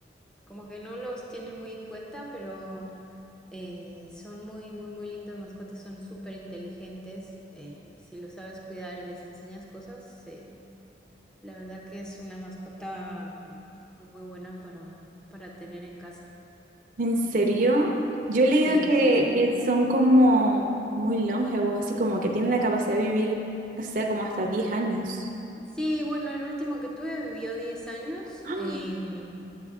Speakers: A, in the centre; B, on the right.
A: como que no los tiene muy en cuenta, pero... Eh, son muy, muy, muy lindas mascotas, son súper inteligentes. eh, si lo sabes cuidar y les enseñas cosas, eh, la verdad que es una mascota mm, muy, muy buena para, para tener en casa.
B: ¿En serio? Yo he
A: Sí,
B: leído que,
A: sí, sí.
B: que son como muy longevos, así como que tienen la capacidad de vivir, no sé, como hasta 10 años.
A: Sí, bueno, el último que tuve vivió 10 años.
B: <gasps> ¡Ah!
A: em,